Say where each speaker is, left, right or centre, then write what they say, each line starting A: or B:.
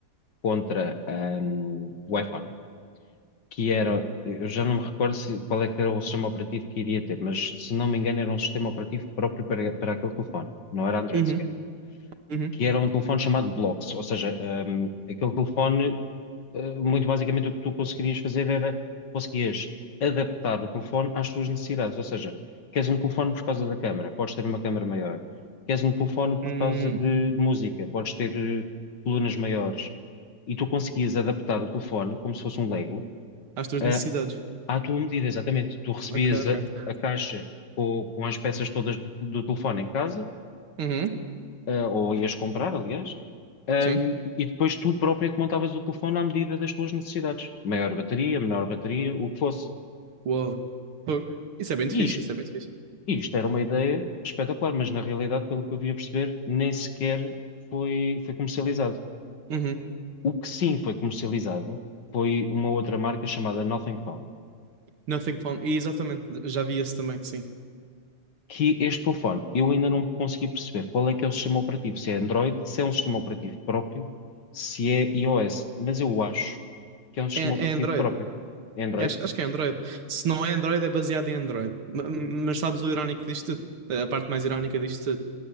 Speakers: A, on the left (about 55°); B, on the right (about 75°).
A: contra, ahm, o iPhone que era, eu já não me recordo se, qual é que era o sistema operativo que iria ter, mas se não me engano era um sistema operativo próprio para, para aquele telefone, não era Android
B: uhum,
A: sequer,
B: uhum.
A: que era um telefone chamado Blocks, ou seja, hum, aquele telefone, eh, muito basicamente o que tu conseguirias fazer era, conseguias adaptar o telefone às tuas necessidades, ou seja, queres um telefone por causa da câmara, podes ter uma câmara maior, queres um telefone por
B: Hum,
A: causa de música, podes ter eh, colunas maiores, e tu conseguias adaptar o telefone como se fosse um Lego,
B: às tuas
A: eh,
B: necessidades.
A: à tua medida, exatamente. Tu recebias
B: Ok, ok.
A: a, a caixa com, com as peças todas do, do telefone em casa,
B: Uhum,
A: ah, ou ias comprar, aliás, ahm,
B: sim.
A: e e depois tu própria é que montavas o telefone à medida das tuas necessidades. Maior bateria, menor bateria, o que fosse.
B: Uou. Fogo. Isso é bem
A: E
B: fixe,
A: isto,
B: isso é bem fixe.
A: isto era uma ideia espetacular, mas na realidade, pelo que eu vim a perceber, nem sequer foi, foi comercializado.
B: Uhum.
A: O que sim foi comercializado foi uma outra marca chamada Nothing Phone.
B: Nothing phone. E exatamente, já vi esse também, sim.
A: que este telefone, eu ainda não consegui perceber qual é que é o sistema operativo, se é Android, se é um sistema operativo próprio, se é iOS, mas eu acho que é um sistema
B: É,
A: operativo
B: é Android.
A: próprio. É Android?
B: É, acho, acho que é Android. Se não é Android, é baseado em Android. Ma- Mas, sabes o irónico disto? tudo? A parte mais irónica disto? tudo?